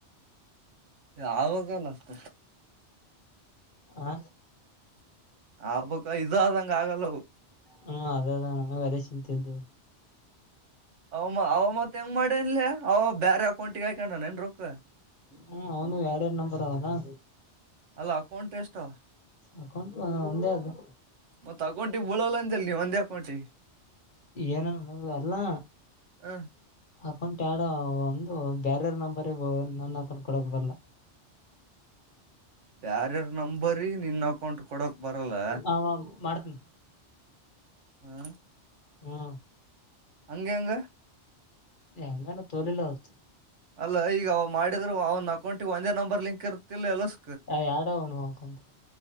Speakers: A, on the right; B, on the left.
A: ಯಾವಗಲ್ಲ ಅಷ್ಟ.
B: ಆ.
A: ಆಗಬಕ್ಕಾ ಇದು ಆದಂಗ. ಹಂಗ ಆಗಲ್ಲ ಅವು.
B: ಹ್ಮ ಅದದ ಅಣಾ ಸ್ವದೇಶಿನ ಥಿಂದು.
A: ಅವ ಮಾ ಅವ ಮತ್ ಹೆಂಗ್ ಮಾಡೇನ್ಲೇ. ಅವು ಬ್ಯಾರೆ ಅಕೌಂಟಿಗೆ ಹಾಕ್ಕ್ಯಾಣ್ಣ ಎನ್ ರೊಕ್ಕ.
B: ಹ್ಮ್ ಅವನು ಎಡ ಎಡ್ ನಂಬರ್ ಅದಾ.
A: ಅಲ್ಲಾ ಅಕೌಂಟ್ ಎಷ್ಟೊ.
B: ಅಕೌಂಟ್ ಒ ಒಂದೇ ಅದೇ.
A: ಮತ್ತ ಅಕೌಂಟಿಗ ಬಿಳಲ್ಲ ಅಂದೇಲ್ಲ ನೀವ ಅನ್. ದೇ ಅಕೌಂಟಿ.
B: ಏನನ ನಗೊದೊ ಅಲ್ಲಾ.
A: ಹ
B: ಅಕೌಂಟ್ ಆ್ಯಡೊ ಒಂದು ಬ್ಯಾರೆ ಅವ್ರ ನಂಬರ್ರಿಗ ಬರೊನ ನನ್ನ ಅಕೌಂಟ್ ಕೊಡಾಕ್ ಬರಲ್ಲಾ.
A: ಬ್ಯಾರೆ ಅವ್ರ ನಂಬರಿಗ್ ನಿನ್ ಅಕೌಂಟ್ ಕೊಡಕ್ ಬರಲ್ಲ
B: ಆ ಮಾಡ್ತನಿ
A: ಹ.
B: ಹೂಉ.
A: ಹಂಗ ಹೆಂಗ.
B: ಆ್ಯ ಹಂಗನ್ ತೋಲಿಲ್ಲ ಅವತ್ತು.
A: ಅಲ್ಲ ಈಗ ಅವ ಮಾಡಿದ್ರ ಅವನ ಅಕೌಂಟಿಗೆ ವೈನ್ಯರ ನಂಬರ್ ಲಿಂಕ್ ಇರುತಿಲ್ಲ ಎಲ್ಲೋಸ.
B: ಅ್ಯ ಯಾಡ ಅವನು ಅಕೌಂಟ್.